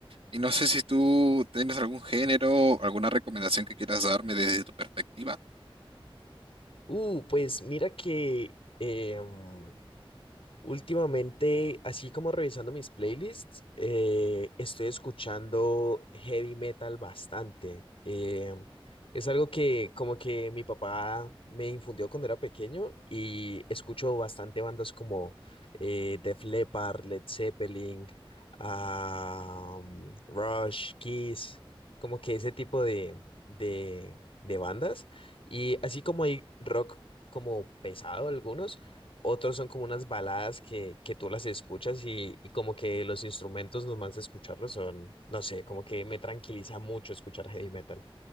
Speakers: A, on the right; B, on the left.
A: Y no sé si tú tienes algún género, alguna recomendación que quieras darme desde tu perspectiva.
B: Uh, pues mira que em, Últimamente, así como revisando mis playlists, eh, estoy escuchando heavy metal bastante. Eh, es algo que como que mi papá me infundió cuando era pequeño y escucho bastante bandas como eh, Def Leppard, Led Zeppelin, ah, Rush, Kiss, como que ese tipo de, de, de bandas. Y así como hay rock como pesado algunos. Otros son como unas baladas que, que tú las escuchas y, y como que los instrumentos nomás de escucharlos son, no sé, como que me tranquiliza mucho escuchar heavy metal.